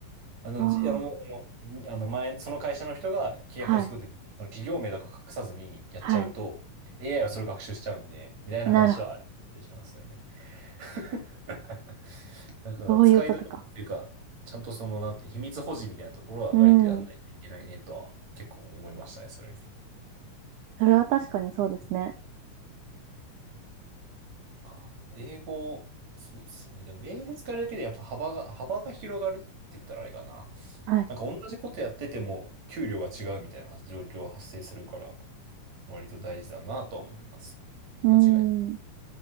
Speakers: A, on the right; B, on the right.
A: あの、
B: ああ。
A: じあの、もうあの、にあの前、その会社の人が契約書を作るときに、
B: はい。
A: その企業名とか隠さずにやっちゃうと、
B: はい。
A: AI はそれを学習しちゃうんで、みたいな話はあるしますよね。
B: なるほど。
A: <laughs> だから、
B: そういうことか。
A: 使いどころっていうか、ちゃんとその、なんて、秘密保持みたいなところは割とやんないといけないねとは、
B: うん。
A: 結構思いましたね、それ見て。
B: それは確かにそうですね。
A: か英語、そうですよね。でも英語使えるだけでやっぱ幅が、幅が広がるって言ったらあれかな。
B: はい。
A: なんか同じことやってても給料が違うみたいなは状況が発生するから、割と大事だなとは思いますよね。
B: うーん。
A: 間違いない。